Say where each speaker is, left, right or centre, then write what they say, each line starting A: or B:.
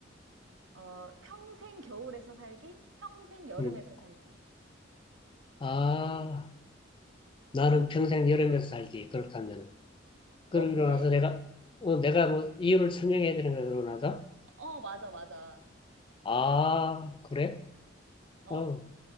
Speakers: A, on the right; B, on the left.
A: 어, 평생 겨울에서 살기, 평생 여름에서
B: 음.
A: 살기.
B: 아, 나는 평생 여름에서 살기. 그렇다면은. 그러고
A: 어, 왜?
B: 나서 내가, 어, 내가 뭐, 이유를 설명해야 되는 거야, 그러고 나서?
A: 어, 맞아, 맞아.
B: 아, 그래?
A: 어,
B: 어,